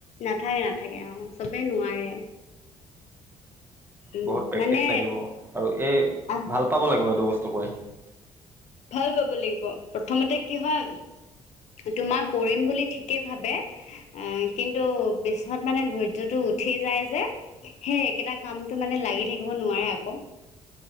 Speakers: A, on the left (about 65°); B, on the right (about 15°).
A: নাথাকে নাথাকে অ চবে নোৱাৰে উম,
B: বহুত প্ৰেক্টিছ
A: মানে
B: লাগিব আৰু এই
A: অঁ
B: ভাল পাব লাগিব এইটো বস্তু কৰি
A: ভাল পাব লাগিব প্ৰথমতে কি হয় তোমাৰ কৰিম বুলি ঠিকে ভাবে আহ কিন্তু পিছত মানে ধৰ্য্যটো উঠি যায় যে সেই একেটা কামটো মানে লাগি থাকিব নোৱাৰে আকৌ